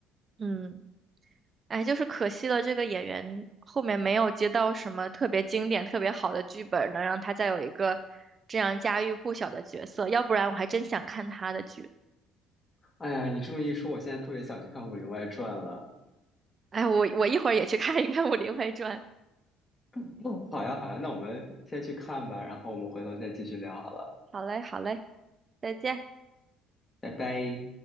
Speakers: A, on the right; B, on the left.
A: 嗯。哎，就是可惜了，这个演员后面没有接到什么特别经典、特别好的剧本，能让他再有一个这样家喻户晓的角色。要不然我还真想看他的剧。
B: 哎呀，你这么一说，我现在特别想去看《武林外传》了。
A: 哎，我我一会儿也去看一看《武林外传》。
B: <laughs> 嗯，好呀，好呀，那我们先去看吧，然后我们回头再继续聊好了，
A: 好嘞，好嘞，再见。
B: 拜拜。